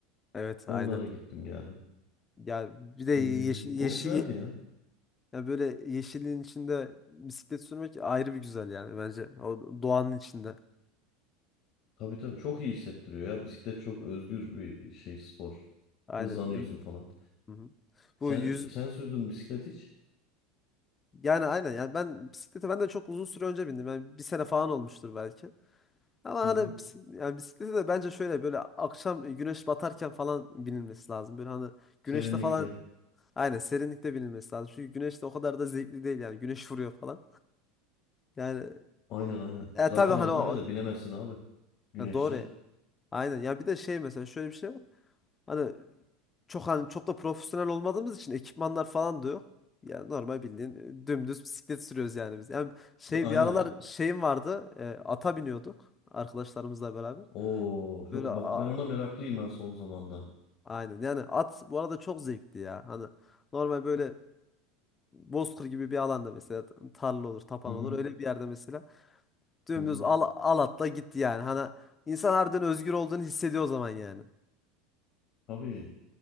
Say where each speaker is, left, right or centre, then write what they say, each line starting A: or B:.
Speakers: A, on the left; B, on the left.
A: Evet
B: Onlara
A: aynen.
B: gittim geldim.
A: Ya bir de yeşil,
B: Ee, o güzeldi ya.
A: Ya böyle yeşilliğin içinde bisiklet sürmek ayrı bir güzel yani bence. O doğanın içinde.
B: Tabii tabii çok iyi hissettiriyor ya. Bisiklet çok özgür bir şey spor.
A: Aynen.
B: Hızlanıyorsun
A: Y-
B: falan.
A: Hı hı.
B: Sen
A: Bu yüz
B: sen sürdün bisiklet hiç?
A: yani aynen yani ben bisiklete ben de çok uzun süre önce bindim. Yani bir sene falan olmuştur belki. Ama hani
B: Hı hı.
A: bisi- yani bisiklete de bence şöyle böyle akşam güneş batarken falan binilmesi lazım. Böyle hani
B: Serinlikte.
A: güneşte falan aynen serinlikte binilmesi lazım. Çünkü güneşte o kadar da zevkli değil yani. Güneş vuruyor falan. Yani
B: Aynen aynen.
A: e,
B: Zaten
A: tabii hani
B: Antalya'da
A: o-
B: binemezsin abi güneşte.
A: ya doğru. ya. Aynen. Ya bir de şey mesela şöyle bir şey var. Hani çok hani çok da profesyonel olmadığımız için ekipmanlar falan da yok. Yani normal bildiğin e, dümdüz bisiklet sürüyoruz yani biz. Yani şey
B: <laughs> Aynen.
A: bir aralar şeyim vardı. e, ata biniyorduk arkadaşlarımızla beraber.
B: Oo çok
A: Böyle a-
B: bak ben ona meraklıyım ben son zamanda.
A: aynen. Yani at bu arada çok zevkli ya. Hani normal böyle e, Bozkır gibi bir alanda mesela tarla olur, tapan
B: Hı hı
A: olur. Öyle bir yerde mesela dümdüz
B: hı hı.
A: al, al atla gitti yani. Hani insan harbiden özgür olduğunu hissediyor o zaman yani.
B: Tabii.